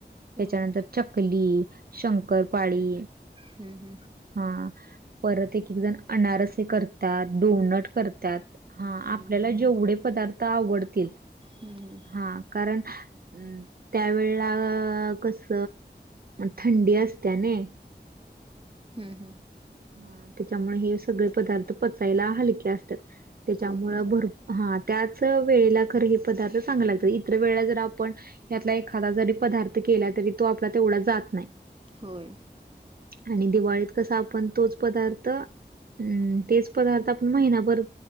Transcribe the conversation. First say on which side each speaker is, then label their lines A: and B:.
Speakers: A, on the right; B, on the right.
A: होय.
B: त्येच्यानंतर चकली शंकरपाळी
A: हं हं.
B: हा. परत एक एक जण अनारसे कर तात, डोनट करतात. हा
A: हं,
B: आपल्याला
A: हं.
B: जेवढे पदार्थ आवडतील
A: हं हं.
B: हा कारण अं त्यावेळला कस थंडी असते नई.
A: हं हं.
B: हा, त्याच्यामुळे हे सगळे पदार्थ पचायला हलके असतात. त्याच्यामुळ
A: होय, होय.
B: भर हा त्याच वेळेला खर हे पदार्थ चांगले लागतात. इतर वेळेला जर आपण यातला एखादा जरी पदार्थ केला, तरी तो आपला तेवढा जात नाही.
A: होय.
B: आणि दिवाळीत कस आपण तोच पदार्थ अं तेच पदार्थ आपण महिनाभर